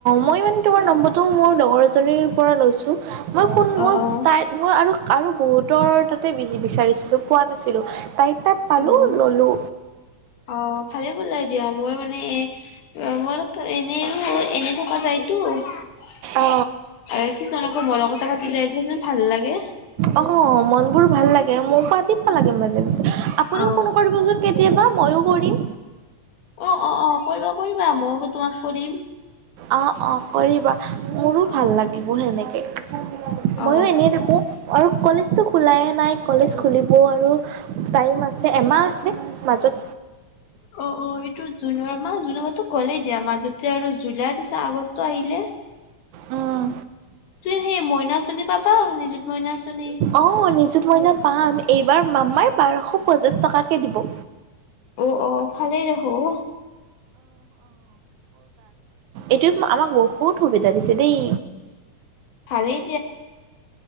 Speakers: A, on the right (about 75°); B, on the left (about 85°).
A: মই মানে তোমাৰ নম্বৰটো মোৰ লগৰ এজনীৰ পৰা লৈছোঁ। মই কোন
B: অ
A: মই
B: অ
A: তাই মই আৰু আৰু বহুতৰ তাতে বি বিচাৰিছিলো পোৱা নাছিলো তাই ত পালোঁ
B: অ
A: ল'লোঁ।
B: অ ভালে বলাই দিয়া মই মানে এ মই এনেই আৰু এনে থকা যায়তো আৰু
A: অ
B: কিছুমানকৰ মনৰ কথা পা লাই থোৱাচোন ভাল লাগে।
A: অঁ মন বোৰ ভাল লাগে মৌ পাতি নালাগে মাজে। আপুনিও
B: অ
A: ফোন কৰিবচোন কেতিয়াবা। ময়ো কৰিম।
B: অঁ অঁ অঁ কৰিব কৰিবা মইো তোমাক কৰিম।
A: অঁ অঁ কৰিবা। মোৰো
B: অ
A: ভাল লাগিব সেনেকে।
B: অ
A: ময়ো এনে থাকো আৰু কলেজটো খোলাইে নাই কলেজ খুলি ব আৰু টাইম আছে। এমাহ আছে মাজত
B: অঁ অঁ এইটো জুনৰ মাহ জুনৰ মাহতো গ'লেই দিয়া মাজতে আৰু জুলাই পিছত আগষ্ট আহিলে।
A: উম,
B: তু সেই মইনা - পাবা নিজুত মইনা আঁচনি
A: অঁ নিজুত মইনা পাম এইবাৰ। মাম্মাই বাৰশ পঞ্চাছ টকাকৈ দিব।
B: অঁ অঁ ভালেই দেখো উ
A: এইটোৱে আমাক বহুত সুবিধা দিছে দেই।
B: ভালেই